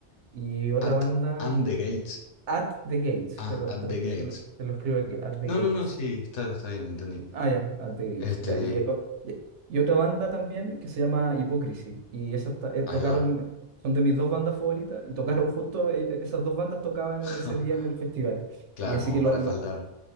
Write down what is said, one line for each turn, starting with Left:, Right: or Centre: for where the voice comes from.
Right: y otra
Left: At
Right: banda,
Left: and the gates.
Right: At the Gates,
Left: Ah,
Right: te lo,
Left: at
Right: te
Left: the
Right: lo,
Left: gates.
Right: te lo, te lo escribo aquí, At the
Left: No,
Right: Gates.
Left: no, no, sí, está, está bien, entendí.
Right: Ah, ya, At the Gates.
Left: Este,
Right: Ya. Y, eh, o- ya. Y otra banda también que se llama Hypocrisy. Y esas ta- eh,
Left: ahí
Right: tocaron,
Left: va.
Right: son de mis dos bandas favoritas. Y tocaron justo, eh, eh, esas dos bandas tocaban
Left: <laughs>
Right: ese día en el festival.
Left: Claro,
Right: Y así
Left: como
Right: que, lo,
Left: para
Right: lo-
Left: faltar.